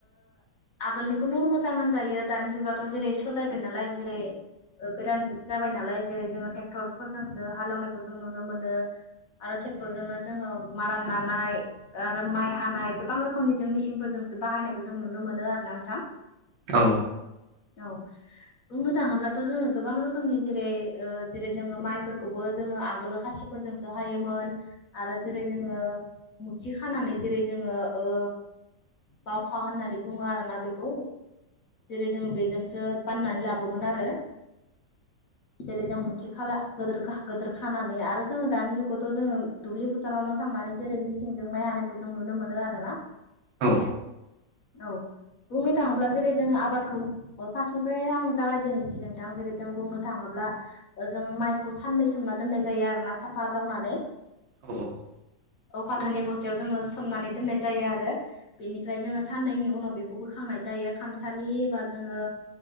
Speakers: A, on the left; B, on the right.
A: आगोलनिखौनो मोजां होनजायो दानि जुगाथ' जेरै सोलायबाय नालाय जेरै गोदान जुग जाबाय नालाय जेरै जोङो ट्रेक्टरफोरजोंसो हालेवनायखौ जों नुनो मोनो आरो ट्रेक्टरजोंनो जोङो मारा नानाय आरो माइ हानाय गोबां रोखोमनि जों मेचिनफोरजोंसो बाहायनायखौ जों नुनो मोनो आरो ना नोंथां
B: औ
A: औ बुंनो थाङोब्लाथ' जोङो गोबां रोखोमनि जेरै जेरै जोङो माइफोरखौबो जोङो आगोल खासिफोरजोंसो हायोमोन आरो जेरै जोङो मुथि खानानै जेरै जोङो ओ बावखा होननानै बुङो आरोना बेखौ जेरै जों बेजोंसो बाननानै लाबोयोमोन आरो जेरै जों मुथि खाला गोदोर खानानै आर आरो जोङो दानि जुगावथ' जोङो दुब्लि फोथारावनो थांनानै जेरै मिसिनजों माइ हानायखौ जों नुनो मोनो आरोना
B: औ
A: औ बुंनो थाङोब्ला जेरै जोङो आबादखौ अ फार्स्टनिफ्रायनो आं जागायजेननोसै नोंथां जेरै जों बुंनो थाङोब्ला जों माइखौ साननै सोमना दोननाय जायो आरोना साफा जावनानै
B: <unintelligible>
A: औ फाथोनि बस्थायाव जोङो सोमनानै दोननाय जायो आरो बेनिफ्राय जोङो साननैनि उनाव बेखौ बोखांनाय जायो खामसालि बा जोङो